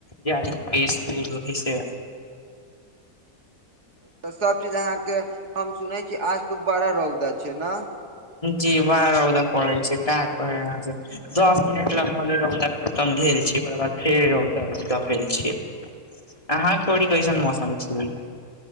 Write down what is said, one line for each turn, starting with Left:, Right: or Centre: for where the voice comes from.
Left: जाहिसे दूर रहै से।
Right: तऽ सब चीज अहाँके हम सुनै छी आज त बड़ा रौदा छै ने।
Left: जी वड़ा रौदा पड़ै छै का करै अहां सब। दस मिनट लग भेले रौदा खतम भेल छै ओकरा बाद फेर रौदा रौदा भेल छै। अहां के ओइजग कैसन मौसम छै।